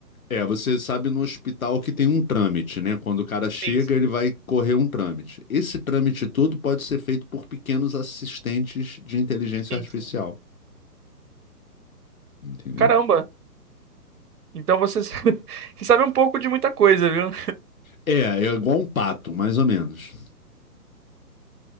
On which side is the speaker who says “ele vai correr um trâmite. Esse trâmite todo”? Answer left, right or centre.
Left